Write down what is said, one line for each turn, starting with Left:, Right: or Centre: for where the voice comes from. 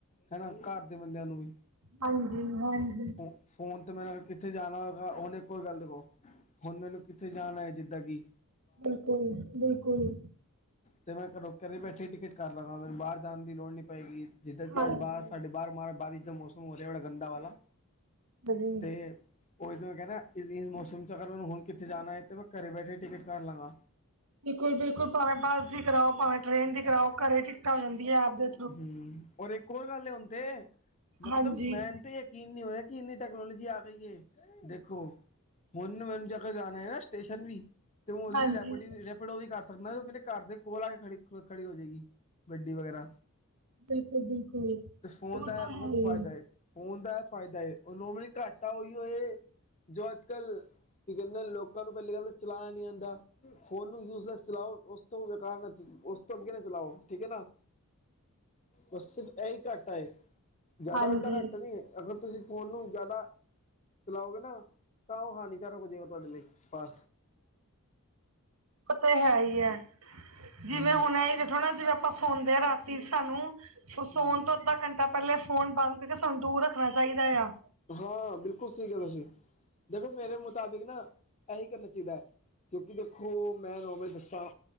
Left: ਹੈਨਾ, ਘਰ ਦੇ ਬੰਦੇਆਂ ਨੂੰ ਵੀ
Right: ਹਾਂਜੀ-ਹਾਂਜ
Left: ਫੋ, ਫੋਨ ਤੇ ਮੈ ਅਗਰ ਕਿ ਕਿੱਥੇ ਜਾਨਾ ਐਗਾ ਓਨੇ ਕੋਲ ਗੱਲ ਤੇ, <unintelligible> ਹੁਣ ਮੈਨੂੰ ਕਿੱਥੇ ਜਾਨਾ ਏ ਜਿੱਦਾਂ ਕੀ।
Right: ਬਿਲਕੁਲ-ਬਿਲਕੁਲ।
Left: ਤੇ ਮੈਂ ਘਰੋ, ਘਰੇ ਬੈਠੇ ਟਿਕਟ ਕਰ ਲਾਂਗਾ ਮੈਨੂੰ ਬਾਰ ਜਾਨ ਦੀ ਲੋੜ ਨੀ ਪਏਗੀ। ਜਿੱਦਾਂ ਕਿ
Right: ਹਾਂਜੀ।
Left: ਅੱਜ ਬਾਸ ਸਾਡੇ ਬਾਰ ਮਾਰ ਬਾਰਿਸ਼ ਦਾ ਮੌਸਮ ਹੋ ਰਿਆ ਬੜਾ ਗੰਦਾ ਵਾਲਾ।
Right: <inaudible>
Left: ਤੇ ਓ ਇਦਾਂ ਹੈਗਾ ਨਾ <unintelligible> ਮੌਸਮ 'ਚ ਅਗਰ ਮੈਨੂੰ ਹੁਣ ਕਿੱਥੇ ਜਾਨਾ ਏ, ਤੇ ਮੈਂ ਘਰੇ ਬੈਠੇ ਟਿਕਟ ਕਰਲਾਂ ਗਾ।
Right: ਬਿਲਕੁਲ-ਬਿਲਕੁਲ ਭਾਵੇਂ ਬੱਸ ਦੀ ਕਰਾਓ ਭਾਵੇਂ ਟ੍ਰੇਨ ਦੀ ਕਰਾਓ ਘਰੇ ਟਿਕਟਾਂ ਹੋ ਜਾਂਦੀਏ ਆਪਦੇ।
Left: ਹੂਂ, ਹੁਣ ਇੱਕ ਹੋਰ ਗੱਲ ਐ ਹੁਣ ਤੇ, ਮਤਲਬ
Right: ਹਾਂਜੀ।
Left: ਮੈਂਨ ਤੇ ਯਕੀਨ ਨੀ ਹੋ ਰਿਆ ਕੀ ਇੰਨੀ ਟੈਕਨੋਲੋਜੀ ਆ ਗਈ ਜੇ, ਦੇਖੋ ਹੁਣ ਨੂੰ ਜਾਣਾ ਹੈ ਨਾ ਸਟੇਸ਼ਨ ਵੀ ਤੇ ਓਦੇ
Right: ਹਾਂਜੀ,
Left: ਲਈ ਰੈਪਿਡੀ ਵੀ ਰੈਪਿਡੋ ਓ ਵੀ ਕਰ ਮੈਂ ਕਿਆ ਮੇਰੇ ਘਰ ਦੇ ਕੋਲ ਆ ਕੇ ਖੜੀ ਖੜੀ ਹੋ ਜੇਗੀ ਗੱਡੀ ਵਗੈਰਾ।
Right: ਬਿਲਕੁਲ-ਬਿਲਕੁਲ।
Left: ਤੇ ਫੋਨ
Right: ਉਹ
Left: ਦਾ
Right: ਤਾਂ
Left: ਏਹ ਬੋਤ
Right: ਹੈ ਹੀ
Left: ਫਾਇਦਾ ਏ, ਫੋਨ ਦਾ ਏ ਫਾਇਦਾ ਏ ਓ <unintelligible> ਘਾਟਾ ਓਈ ਏ। ਜੋ ਅੱਜ-ਕੱਲ, ਕੀ ਕਹਿੰਦੇ ਲੋਕਾਂ ਨੂੰ ਪਹਿਲੀ ਗੱਲ ਤੇ ਚਲਾਣਾ ਨੀ ਆਂਦਾ। ਫੋਨ ਨੂੰ ਯੂਜ਼ਲੈਸ ਚਲਾਓ ਓਸ ਤੋਂ ਬੇਕਾਰ ਨਾ, ਓਸ ਤੋਂ ਅੱਗੇ ਨਾ ਚਲਾਓ ਠੀਕ ਐ ਨਾ। ਬਸ ਸਿਰਫ ਏਹੀ ਘਾਟਾ ਏ, ਜਿਆਦਾ
Right: ਹਾਂਜੀ,
Left: ਵੱਡਾ ਘਾਟਾ ਨੀ ਐ। ਅਗਰ ਤੁਸੀਂ ਫ਼ੋਨ ਨੂੰ ਜਿਆਦਾ ਚਲਾਓਗੇ ਨਾ ਤਾਂ ਓ ਹਾਨੀਕਾਰਕ ਹੋ ਜਾਏਗਾ ਤੁਆਡੇ ਲਈ, ਹਾਂ
Right: ਓ ਤੇ ਹੈ ਈ ਐ, ਜਿਵੇਂ
Left: ਹਮ
Right: ਹੁਣ ਨਈ ਦੇਖੋ ਨਾ ਜਿਵੇਂ ਆਪਾਂ ਸੋਂਦੇ ਆ ਰਾਤੀ ਸਾਨੂੰ, ਸੋਣ
Left: ਹਮ
Right: ਤੋਂ ਅੱਦਾਂ ਘੰਟਾ ਪਹਿਲੇ ਫੋਨ ਬੰਦ ਕਰਕੇ ਸਾਨੂੰ ਦੂਰ ਰੱਖਣਾ ਚਾਈਦਾ ਏਆ।
Left: ਹਾਂ ਬਿਲਕੁਲ ਸਈ ਕਿਆ ਤੁਸੀਂ, ਦੇਖੋ ਮੇਰੇ ਮੁਤਾਬਿਕ ਨਾ ਏਹੀ ਕਰਨਾ ਚਾਈਦੈ ਐ, ਕਿਉਂਕਿ ਦੇਖੋ ਮੈਂ ਨੌਵੇਂ ਦੱਸਾਂ